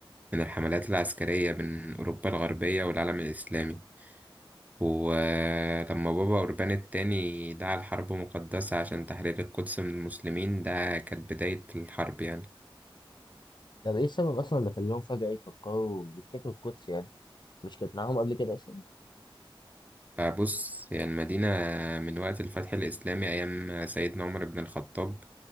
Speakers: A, on the right (about 15°); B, on the left (about 55°).
A: من الحملات العسكرية بين أوروبا الغربية والعالم الإسلامي ولما بابا أوربان التاني دعا لحرب مقدسة عشان تحرير القدس من المسلمين ده كانت بداية الحرب يعني
B: طب ايه السبب اصلا اللي خلاهم فجاه يفكروا يفتكروا القدس يعني مش كانت معاهم قبل كده اصلا
A: فبص هي المدينة من وقت الفتح الإسلامي أيام سيدنا عمر بن الخطاب